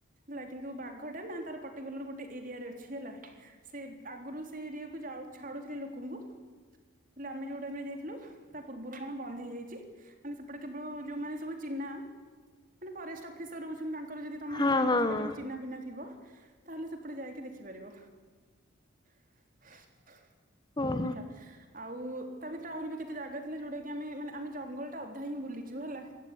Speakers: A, on the right; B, on the left.
A: ଲାଗ୍ କିନ୍ତୁ ବାଘଟା ନାଁ ତାର ପର୍ଟିକୁଲାର ଗୋଟେ ଏରିଆରେ ଅଛି ହେଲା। ସେ ଆଗୁରୁ ସେଇ ଏରିଆକୁ ଯାଉ ଛାଡୁଥିଲେ ଲୋକଙ୍କୁ <unintelligible> ଆମେ ଯୋଉ ଟାଇମରେ ଯାଇଥିଲୁ ତା ପୂର୍ବରୁ କଣ ବନ୍ଦ ହେଇଯାଇଛି ମାନେ ସେପଟେ କେବଳ ଯୋଉମାନେ ସବୁ ଚିହ୍ନ ଆଁ ମାନେ ଫରେଷ୍ଟ ଅଫିସର୍ ରହୁଛନ୍ତି, ତାଙ୍କର ଯଦି ତମେ
B: ହଁ
A: ତାଙ୍କ
B: ହଁ
A: ସହିତ
B: ହଁ।
A: କିଛି ଚିହନାଫିନା ଥିବ ତାହେଲେ ସେ କି ଦେଖିପାରିବ। <unintelligible>
B: ହଁ <inaudible>
A: ହେଲା ଆଉ ତା ଭିତ୍ରେ ଆହୁରି ବି କେତେ ଜାଗା ଥିଲା, ଯୋଉଟା କି ଆମେ ମାନେ ଆମେ ଜଙ୍ଗଲଟା ଅଧା ହିଁ ବୁଲିଚୁ, ହେଲା।